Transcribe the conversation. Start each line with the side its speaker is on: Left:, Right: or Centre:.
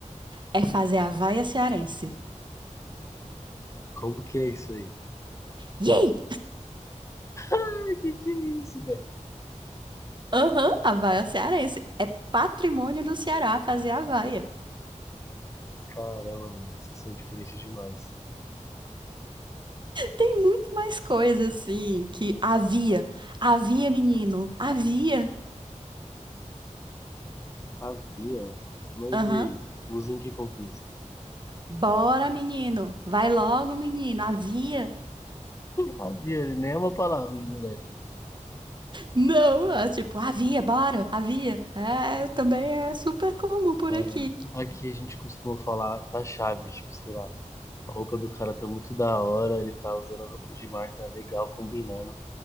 Right: É fazer a vaia cearense.
Left: Como que é isso aí?
Right: Yay!
Left: Ai, que que é isso, velho?
Right: Aham, a vaia cearense. É patrimônio do Ceará fazer a vaia.
Left: Caramba, mano, vocês são diferentes demais.
Right: Tem muito mais coisa assim que havia. Havia, menino. Havia.
Left: Havia? Mas
Right: Aham.
Left: e aí? Usa em que contexto?
Right: Bora, menino. Vai logo, menino. Havia.
Left: Havia, nem é uma palavra de moleque, né?
Right: Não, é tipo, havia, bora, havia. É, também é super comum por
Left: Caramba.
Right: aqui.
Left: Aqui a gente costuma falar, tá chave, tipo, sei lá. A roupa do cara tá muito da hora, ele tá usando a roupa de marca legal, combinando.